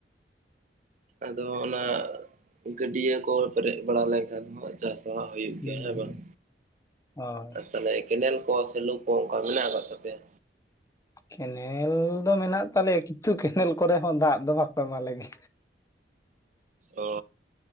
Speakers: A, on the right (about 45°); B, on the left (about 20°).
A: ᱟᱫᱚ ᱚᱱᱟ ᱜᱟᱹᱰᱭᱟᱹ ᱠᱚ ᱯᱮᱨᱮᱡ ᱵᱟᱲᱟ ᱞᱮᱱᱠᱷᱟᱱ ᱪᱟᱥᱟ, ᱦᱩᱭᱩᱜ
B: ᱦᱩᱸ
A: ᱜᱮᱭᱟ ᱦᱮᱸ
B: ᱦᱩᱸ
A: ᱵᱟᱝ
B: ᱦᱳᱭ
A: ᱛᱟᱦᱞᱮ ᱠᱮᱱᱮᱞ ᱠᱚ ᱥᱮᱞᱩ ᱠᱚ ᱚᱝᱠᱟ ᱢᱮᱱᱟᱜ ᱟᱠᱟᱫ ᱛᱯᱮᱭᱟ?
B: ᱠᱮᱱᱮᱞ ᱫᱚ ᱢᱮᱱᱟᱜ ᱛᱟᱞᱮᱭᱟ ᱠᱤᱱᱛᱩ ᱠᱮᱱᱮᱞ ᱠᱚᱨᱮ ᱦᱚᱸ ᱫᱟᱜ ᱫᱚ ᱵᱟᱠᱚ ᱮᱢᱟ ᱞᱮ ᱠᱟᱱᱟ,
A: ᱚ